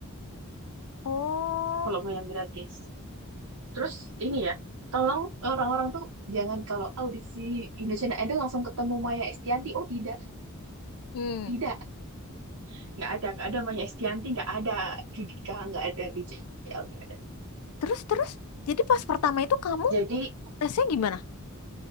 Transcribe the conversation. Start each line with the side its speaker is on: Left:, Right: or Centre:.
Left: Oh,
Right: kalau mau yang gratis terus ini ya tolong orang-orang tuh jangan kalau audisi Indonesian Idol langsung ketemu Maya Estianti oh tidak
Left: hmm.
Right: tidak nggak ada nggak ada Maya Estianti nggak ada Judika nggak ada BCL nggak ada
Left: Terus terus, jadi pas pertama itu kamu
Right: jadi
Left: tesnya gimana?